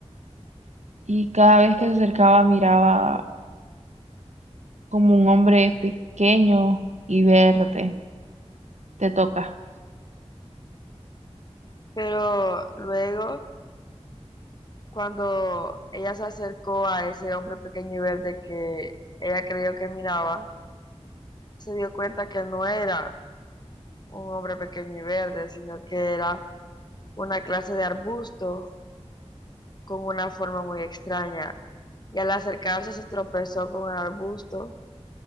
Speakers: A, on the right (about 80°); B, on the left (about 40°).
A: y cada vez que se acercaba miraba como un hombre pequeño y verde. Te toca.
B: Pero luego, cuando ella se acercó a ese hombre pequeño y verde que ella creyó que miraba, se dio cuenta que no era un hombre pequeño y verde, sino que era una clase de arbusto con una forma muy extraña. Y al acercarse se tropezó con el arbusto